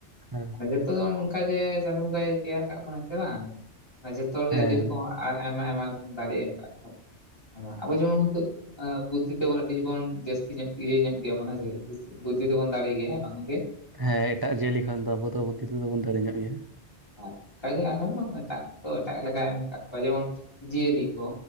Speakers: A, on the right; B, on the left.
A: ᱦᱮᱸ
B: ᱡᱚᱛᱚ ᱜᱮ ᱚᱱᱠᱟᱜᱮ ᱪᱟᱸᱫᱳ ᱵᱚᱸᱜᱟᱭ ᱛᱮᱭᱟᱨ ᱠᱟᱜ ᱵᱚᱱᱟᱭ ᱥᱮ ᱵᱟᱝ ᱢᱟᱱᱮ ᱡᱚᱛᱚ ᱦᱚᱲ
A: ᱦᱮᱸ
B: ᱜᱮ ᱟᱹᱰᱤ ᱨᱚᱠᱚᱢ ᱟᱭᱢᱟ ᱟᱭᱢᱟ ᱨᱚᱠᱚᱢ ᱫᱟᱲᱮ ᱮᱢ ᱟᱠᱟᱜ ᱠᱚᱣᱟ ᱟᱵᱚ ᱡᱮᱢᱚᱱ ᱦᱚ <inaudible> ᱵᱩᱫᱽᱫᱷᱤ ᱛᱮᱵᱚᱱ ᱟᱹᱰᱤ ᱵᱚᱱ ᱡᱟᱹᱥᱛᱤ ᱧᱚᱜ ᱤᱭᱟᱹ ᱧᱚᱜ ᱜᱮᱭᱟ ᱵᱚᱱ ᱵᱩᱫᱽᱫᱷᱤ ᱛᱮᱵᱚᱱ ᱫᱟᱲᱮ ᱜᱮᱭᱟ ᱦᱮᱸ ᱵᱟᱝ ᱜᱚᱢᱠᱮ
A: ᱦᱮᱸ ᱮᱴᱟᱜ ᱡᱤᱭᱟᱹᱞᱤ ᱠᱷᱚᱱ ᱫᱚ ᱟᱵᱚ ᱫᱚ ᱵᱩᱫᱫᱷᱤ ᱛᱮᱫᱚ ᱵᱚᱱ ᱫᱟᱲᱮ ᱧᱚᱜ ᱜᱮᱭᱟ
B: ᱦᱮᱸ ᱚᱱᱠᱟᱜᱮ ᱟᱨᱦᱚᱸ ᱮᱴᱟᱜ ᱠᱚ ᱮᱴᱟᱜ ᱞᱮᱠᱟᱭ ᱮᱢ ᱠᱟᱜ ᱠᱚᱣᱟ ᱡᱮᱢᱚᱱ ᱡᱤᱭᱟᱹᱞᱤ ᱠᱚ